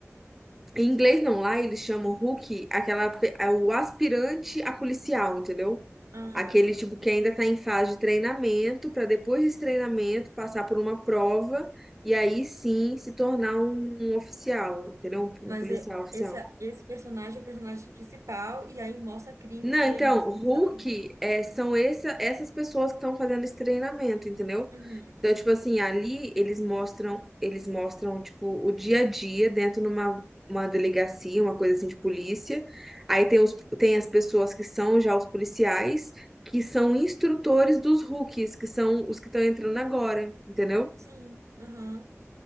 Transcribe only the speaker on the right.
Aham.
Mas
é-
esse, esse personagem é o personagem principal, e aí mostra crimes
pra
ele desvendando.
Uhum.
Hum,
Sim, aham.